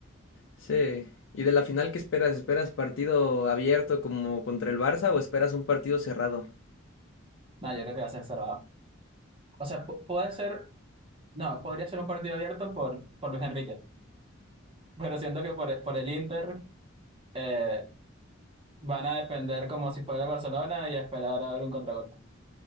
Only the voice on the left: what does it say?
Sí. ¿Y de la final qué esperas? ¿Esperas partido abierto como contra el Barça o esperas un partido cerrado?